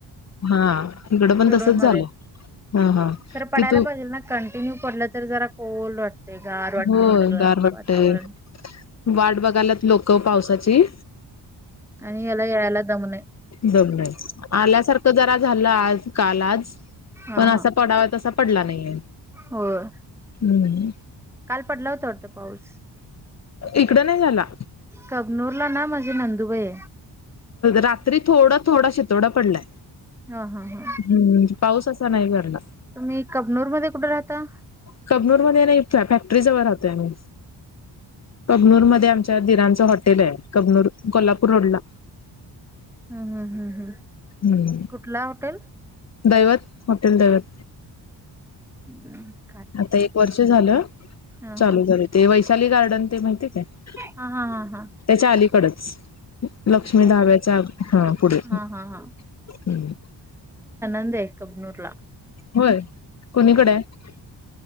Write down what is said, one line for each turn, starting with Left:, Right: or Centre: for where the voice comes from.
Left: हा इकडं पण
Centre: शिरडोन
Left: तसच
Centre: मध्ये
Left: झालं. हा हा
Centre: खरं पडायला
Left: कि तू
Centre: पाहिजेल ना कंटिन्यू पडलं तरी जरा कोल वाट... ते गार वाटते
Left: हो
Centre: सगळं
Left: गार वाटतय
Centre: वातावरण...
Left: वाट बघायलात लोक पावसाची...
Centre: आणि ह्याला यायला जमना.
Left: दबलं आल्यासारखं जरा झालं आज काल आज..
Centre: हा
Left: पण असा
Centre: हा
Left: पडावा तसा पडला नाहीेये
Centre: होय
Left: हम्...
Centre: काल पडला होता वाटत पाऊस...
Left: इकडं नाही झाला.
Centre: कबनूर ला ना माझी नंदुबाई हाय..
Left: रात्री थोडा थोडा शितोडा पडलाय.
Centre: हा हा हा...
Left: हम्म पाऊस असा नाही भरला.
Centre: तुम्ही कबनूर मध्ये कुठे राहता.
Left: कबनूर मध्ये नाही फॅक्टरी जवळ राहतोय आम्ही.. कबनूर मध्ये आमच्या दिराच हॉटेल आहे कबनूर कोल्हापूर रोड ला
Centre: हम्म हम्म हम्म हम्
Left: हम्म
Centre: कुठला हॉटेल...
Left: दैवत हॉटेल दैवत...
Centre: हम्...
Left: आता एक वर्ष झालं
Centre: हा
Left: चालू
Centre: हा
Left: झालं ते वैशाली गार्डन.. ते माहिती हायकाय
Centre: हा हा हा हा
Left: त्याच्या अलीकडच... लक्ष्मी
Centre: त्याच्या अलीकड
Left: धाब्याच्या हा पुढे
Centre: हा
Left: हम्
Centre: हा हा हुनदे कबनुरला
Left: होय कोणीकडे हाय